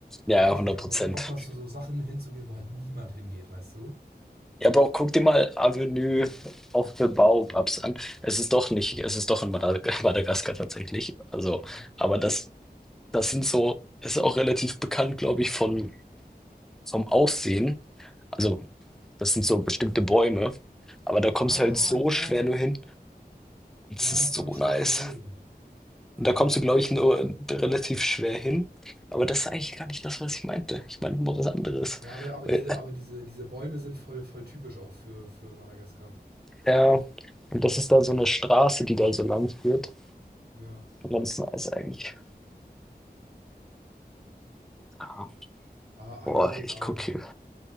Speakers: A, in the centre; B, on the right.
A: ja,
B: Und eigentlich
A: ja, 100
B: hätte ich auch
A: Prozent.
B: mal so Bock, mal zu so Sachen hinzugehen, wo halt niemand hingeht, weißt du?
A: Ja, aber auch guck dir mal Avenue of the Baobabs an. Es ist doch nicht, es ist doch in Madag <laughs> Madagaskar tatsächlich. Also,
B: Hm, Okay.
A: aber das, das sind so, es ist auch relativ bekannt, glaube ich, von, vom Aussehen. Also, das sind so bestimmte Bäume. Aber da kommst
B: Ah,
A: du halt so
B: ja.
A: schwer nur hin. Das
B: Ja,
A: ist
B: das
A: so
B: habe ich schon
A: nice.
B: mal gesehen.
A: Und
B: Ja,
A: da kommst du,
B: ja,
A: glaube
B: ja.
A: ich, nur relativ schwer hin. Aber das ist eigentlich gar nicht das, was ich meinte. Ich meine nur was anderes.
B: Ja, aber, aber
A: Weil,
B: diese, aber diese, diese Bäume sind voll, voll typisch auch für, für Madagaskar.
A: äh, ja, und das ist da so eine Straße, die da so lang führt.
B: Ja.
A: Ganz nice eigentlich. Ah,
B: Ah, Allee
A: boah,
B: Baobab.
A: ich gucke. hier.